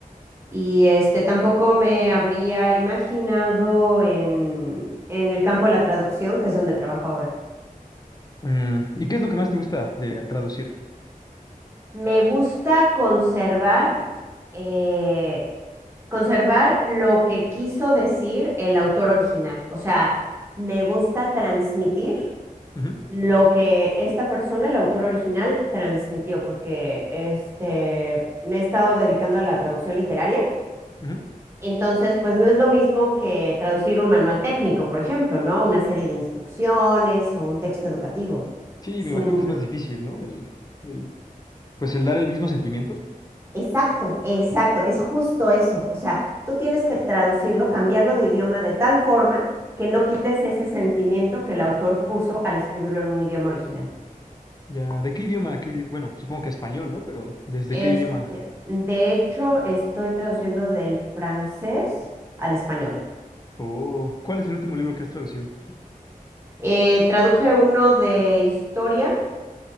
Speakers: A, on the right; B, on the left.
A: Y este tampoco me habría imaginado en, en el campo de la traducción, que es donde trabajo ahora.
B: Mm, ¿y qué es lo que más te gusta de traducir?
A: Me gusta conservar, eh, conservar lo que quiso decir el autor original. O sea, me gusta transmitir
B: Ujú,
A: lo que esta persona, el autor original, transmitió, porque este, me he estado dedicando a la traducción literaria.
B: ujú.
A: Entonces, pues no es lo mismo que traducir un manual técnico, por ejemplo, ¿no? Una serie de instrucciones o un texto educativo.
B: Sí,
A: Sino,
B: me imagino que es más difícil, ¿no? El, el, pues el dar el mismo sentimiento.
A: exacto, exacto, es justo eso. O sea, tú tienes que traducirlo, cambiarlo de idioma de tal forma que no quites ese sentimiento que el autor puso al escribirlo en un idioma original.
B: Ya, ¿de qué idioma? a qué idi- bueno, supongo que español, ¿no? Pero ¿desde
A: Este,
B: qué idioma?
A: de hecho, estoy traduciendo del francés al español.
B: O ¿cuál es el último libro que has traducido?
A: Eh, traduje uno de historia